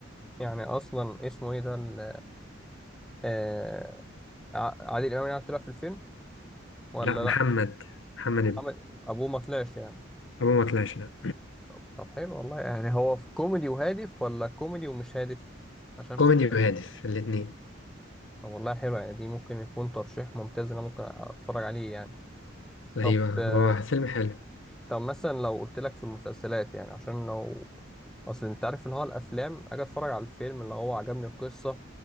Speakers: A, in the centre; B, on the left.
A: يعني اصلا اسمه ايه ده ال- آه ع- عادل امام يعني طلع في الفيلم ولا
B: لا محمد
A: لا
B: محمد
A: محمد
B: ابنه
A: ابوه ما طلعش يعني
B: أبوه ما طلعش لا
A: طب, طب حلو والله يعني هو في كوميدي وهادف ولا كوميدي ومش هادف عشان
B: كوميدي وهادف الاتنين
A: طب والله حلو يعني دي ممكن يكون ترشيح ممتاز إن انا ممكن اتفرج عليه يعني
B: ايوه
A: طب آه،
B: هو فيلم حلو
A: طب مثلا لو قلت لك في المسلسلات يعني عشان لو اصل انت عارف اللي هو الافلام اجي اتفرج على الفيلم اللي هو عجبني القصه